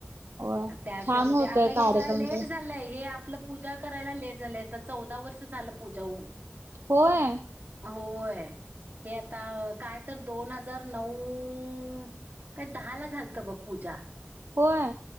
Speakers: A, on the right; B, on the right.
A: होय
B: त्याशिवाय
A: छान
B: म्हणजे
A: होतय
B: आता हे
A: कार्यक्रम
B: जरा लेट
A: ते
B: झालंय हे आपलं पूजा करायला लेट झाले चौदा वर्ष झालं पूजाहून
A: होय
B: होय हे आता काय तर दोन हजार नऊ काय दहा ला झालत बघ पूजा
A: होय